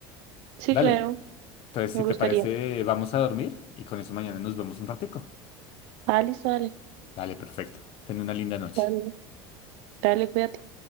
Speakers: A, on the right; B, on the left.
A: Sí,
B: Dale.
A: claro,
B: Entonces, si
A: me gustaría.
B: te parece, vamos a dormir y con eso mañana nos vemos un ratico.
A: Ah, listo, dale,
B: Dale, perfecto. Ten una linda noche.
A: dale, dale, cuídate.